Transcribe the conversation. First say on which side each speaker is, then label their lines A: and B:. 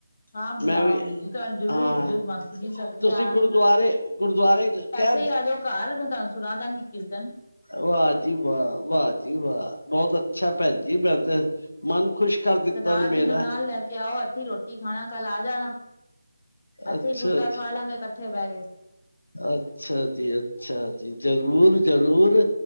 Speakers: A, on the left; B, on the left.
A: ਹਾਂ ਬੁਲਾਵਾਂਗੀ
B: ਮੈਂ ਵੀ
A: ਜੀ ਤੁਹਾਨੂੰ ਜ਼ਰੂਰ
B: ਹਾਂ
A: ਜ ਜੀ ਸਦਕੇ
B: ਤੁਸੀਂ
A: ਆਣਾ
B: ਗੁਰਦੁਆਰੇ
A: ਜੀ
B: ਗੁਰਦੁਆਰੇ ਕਹਿ
A: ਤੁਸੀਂ ਆਜੋ ਘਾਰ ਮੈਂ ਤੁਹਾਨੂੰ ਸੁਣਾ ਦਾਂਗੀ ਕਿਰਤਨ
B: ਵਾਹ ਜੀ ਵਾਹ-ਵਾਹ ਜੀ ਵਾਹ! ਬਹੁਤ ਅੱਛਾ ਪੈਣ ਜੀ ਫਿਰ ਤੇ ਮਨ ਖੁਸ਼ ਕਰ ਦਿੱਤਾ
A: ਸਰਦਾਰ
B: ਨੇ ਮੇਰਾ,
A: ਜੀ ਨੂੰ ਨਾਲ ਲੈ ਕੇ ਆਓ ਅੱਥੈ ਹੀ ਰੋਟੀ ਰੋਟੀ ਖਾਣਾ ਕੱਲ ਆ ਜਾਣਾ, ਇੱਥੇ
B: ਅੱਛਾ
A: ਹੀ ਫੁਲਕਾ
B: ਜੀ।
A: ਖਾ ਲਾਂਗੇ ਕੱਠੇ ਬਹਿ ਕੇ।
B: ਅੱਛਾ ਜੀ-ਅੱਛਾ ਜੀ, ਜ਼ਰੂਰ-ਜ਼ਰੂਰ।